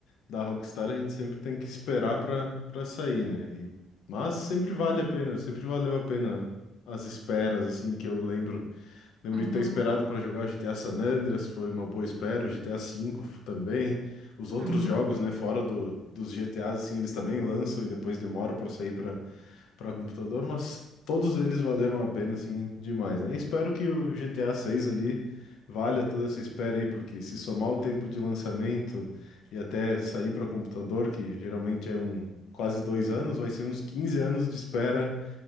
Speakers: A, on the left; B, on the right.
A: da Rockstar a gente sempre tem que esperar para para sair, né? E- mas sempre
B: Uhum,
A: vale a pena, sempre valeu a pena as esperas, assim, que eu lembro. Lembro
B: uhum,
A: de ter esperado para jogar o GTA San Andreas, foi uma boa espera, o GTA V também. Os outros
B: uhum.
A: jogos, né, fora do, dos GTAs, assim, eles também lançam e depois demora para sair para computador, mas todos eles valeram a pena, assim, demais, né? E espero que o GTA 6 ali valha toda essa espera aí, porque se somar o tempo de lançamento e até sair para computador, que geralmente é um quase dois anos, vai ser uns 15 anos de espera